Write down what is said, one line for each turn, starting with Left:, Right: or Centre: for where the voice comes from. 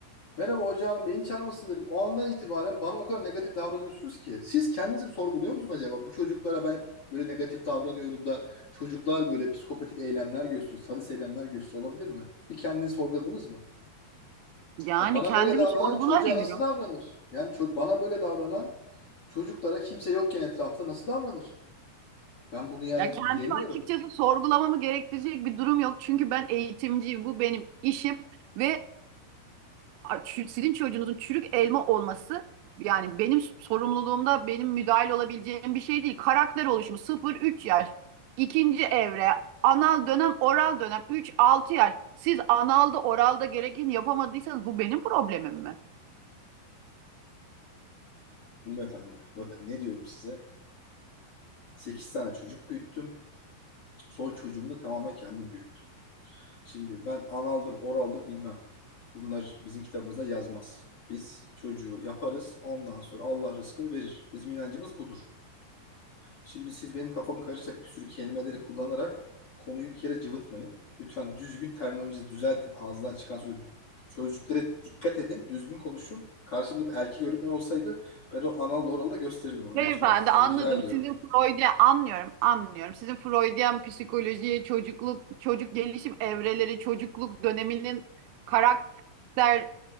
Left: Merhaba hoca hanım beyin çarpmasın dedim. O andan itibaren bana o kadar negatif davranıyorsunuz ki. Siz kendinizi sorguluyor musunuz acaba? Bu çocuklara ben böyle negatif davranıyorum da çocuklar böyle psikopatik eylemler gösteriyor, sadist eylemler gösteriyor olabilir mi? Bir kendinizi sorguladınız mı?
Right: Yani
Left: E, bana
Right: kendimi
Left: böyle davranan
Right: sorgulamıyorum.
Left: çocuğa nasıl davranır? Yani ço- bana böyle davranan çocuklara kimse yokken etrafta nasıl davranır? Ben bunu yani
Right: Ya kendimi
Left: bilemiyorum.
Right: açıkçası sorgulamamı gerektirecek bir durum yok. Çünkü ben eğitimciyim. Bu benim işim ve sizin çocuğunuzun çürük elma olması yani benim sorumluluğumda benim müdahil olabileceğim bir şey değil. Karakter oluşumu sıfır üç yaş, ikinci evre, anal dönem, oral dönem üç altı yaş. Siz analda oralda gerekeni yapamadıysanız bu benim problemim mi?
Left: Hanımefendi, bakın ne diyorum size. 8 tane çocuk büyüttüm. Son çocuğumu da tamamen kendim büyüttüm. Şimdi ben analdır, oraldır bilmem. Bunlar bizim kitabımızda yazmaz. Biz çocuğu yaparız, ondan sonra Allah rızkını verir. Bizim inancımız budur. Şimdi siz benim kafamı karışacak bir sürü kelimeleri kullanarak konuyu bir kere cıvıtmayın. Lütfen düzgün terminolojinizi düzeltin. Ağzından çıkan sözü sözcüklere dikkat edin. Düzgün konuşun. Karşımda bir erkek öğretmen olsaydı ben o anal oralı da gösterirdim ona.
Right: Beyefendi
Left: Lütfen sizden
Right: anladım.
Left: rica ediyorum.
Right: Sizin Freud'a anlıyorum, anlıyorum. Sizin Freudian psikolojiye çocukluk, çocuk gelişim evreleri, çocukluk döneminin karakter